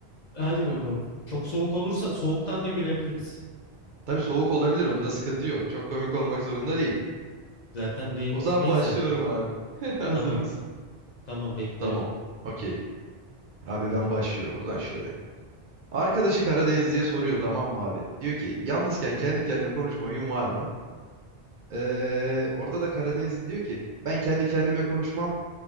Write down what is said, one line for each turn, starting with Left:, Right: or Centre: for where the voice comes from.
Left: Hadi bakalım. Çok soğuk olursa soğuktan da gülebiliriz.
Right: Tabii soğuk olabilir onda sıkıntı yok. Çok komik olmak zorunda değil.
Left: Zaten benim
Right: O
Left: hiç.
Right: zaman
Left: Neyse.
Right: başlıyorum abi. <laughs> Hazır
Left: Tamam.
Right: mısın?
Left: Tamam bekliyorum.
Right: Tamam. Okey. Abi ben başlıyorum o zaman şöyle. Arkadaşı Karadenizli'ye soruyor tamam mı abi? Diyor ki yalnızken kendi kendine konuşma huyun var mı? Ee, orada da Karadenizli diyor ki ben kendi kendime konuşmam.